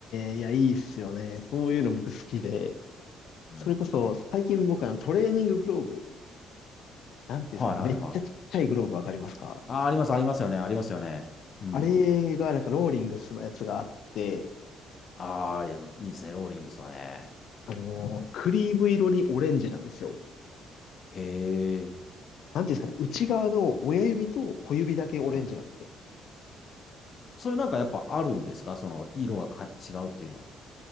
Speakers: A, on the left (about 70°); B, on the left (about 50°).
A: えいや、いいっすよね。そういうの僕好きで。
B: うん。
A: それこそ、最近僕あのトレーニンググローブ、なんていうんですかね、
B: はいはいはい。
A: めっちゃちっちゃいグローブわかりますか
B: あ、あります、ありますよね、ありますよね。うん。
A: あれがなんかローリングスのやつがあって、
B: ああ、いや、いいですね、ローリングスはね。
A: あのークリーム色にオレンジなんですよ。
B: へえ。
A: なんていうんですかね、内側の親指と小指だけオレンジなんですよ
B: はい。それなんかやっぱあるんですかその、色がか違うっていうのは。